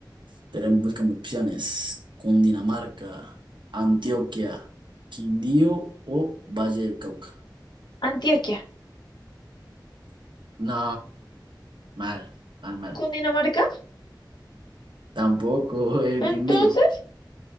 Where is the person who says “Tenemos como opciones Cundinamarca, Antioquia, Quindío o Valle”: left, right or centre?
Right